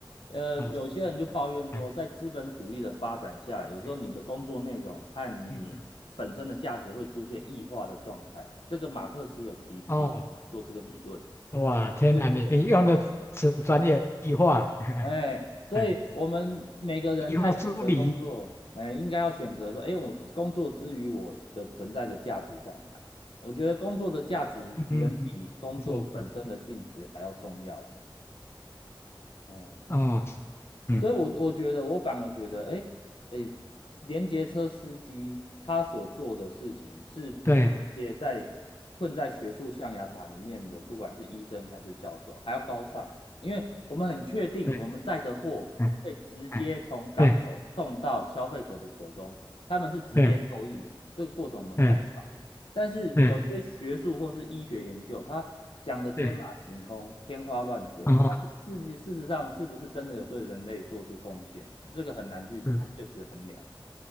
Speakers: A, on the left; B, on the left.
A: 呃，
B: 啊，
A: 有些人就抱怨说，
B: 是是的，哎
A: 在资本主义的发展下，有时候你的工作内容和你本身的价值会出现异化的状态。
B: 哎嗯嗯，
A: 这个马克思有提提过这个理论，
B: 哦，哇，
A: 就是
B: 天哪，你你用的词专业，异化，<laughs> 哎
A: 哎，所以我们每个人在选择工作，
B: 哎，异化梳理，
A: 哎，应该要选择说，哎，我工作之余我的存在的价值在哪里？我觉得工作的价值远比工作本身的性质还要重要了。
B: 嗯嗯嗯，没错没错，
A: 哎，
B: 哦，是嗯，
A: 所以我，我觉得，我反而觉得，哎哎，连接车司机他所做的事情是比也在
B: 对
A: 困在学术象牙塔里面的，不管是医生还是教授，还要高尚，因为我们很确定我们载的货会直接从港口送到消费者的手中，
B: 对，哎哎，对
A: 他们是直接受益的，
B: 对
A: 这个过程我们看得到。
B: 对
A: 但是有些学术或是医学研究，
B: 对
A: 它讲的天马行空、
B: 对，
A: 天花乱坠，
B: 哦，
A: 但是事实事实上是不是真的有对人类做出贡献，这个很难去确实衡量。
B: 是